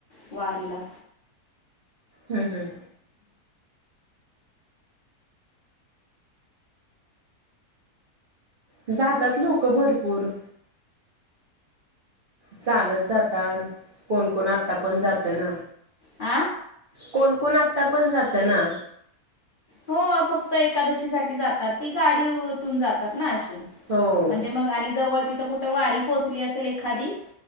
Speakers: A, on the left; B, on the right.
A: वारीला.
B: हम् हम्. जातात लोक भरपूर. चालत जातान कोणकोण आता पण जात ना.
A: आं?
B: कोणकोण आत्ता पण जात ना.
A: हो फक्त एकादशी साठी जातात ती गाडीव तून जातात ना अशी.
B: हो
A: म्हणजे मग आणि जवळ तिथं कुठं वारी पोहचली असेल एखादी